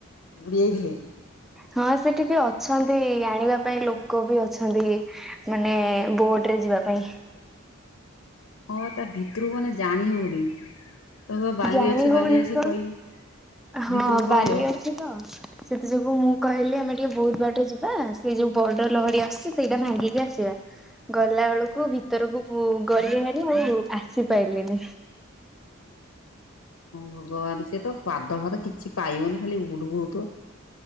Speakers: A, on the left; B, in the centre.
A: ବୁଡ଼ି ଆଇଥିଲେ?
B: ହଁ, ସେଠିକି ଅଛନ୍ତି। ଆଣିବା ପାଇଁ ଲୋକ ବି ଅଛନ୍ତି! ମାନେ ଏ ବୋଟରେ ଯିବା ପାଇଁ
A: ହଁ, ତା ଭିତରକୁ ମାନେ ଜାଣି ହଉନି। କହିବ ବାଲି
B: ଜାଣି
A: ଅଛି
B: ହଉନି
A: ବାଲି ଅଛି
B: କଣ?
A: କହିକି
B: ହଁ,
A: ଭିତରକୁ ପଳେଇବ
B: ବାଲି ଅଛି ତ ସେଥି ଯୋଗୁଁ, ମୁଁ କହିଲି ଆମେ ଟିକେ, ବହୁତ ବାଟ ଯିବା ସେଇ ଯୋଉ ବଡ଼ ଲହଡି ଆସୁଛି, ସେଇଟା ଭାଙ୍ଗିକି ଆସିବା। ଗଲା ବେଳକୁ ଭିତରକୁ ପୁ, ଗଲିଭାରୀ ମୁଁ ଆସି ପାଇଲିନି।
A: <inaudible> ହଁ ଭଗବାନ ସିଏ ତ ପାଦ ଫାଦ କିଛି ପାଇବନି ଖାଲି ଉବୁ ଟୁବୁ ହଉଥିବ।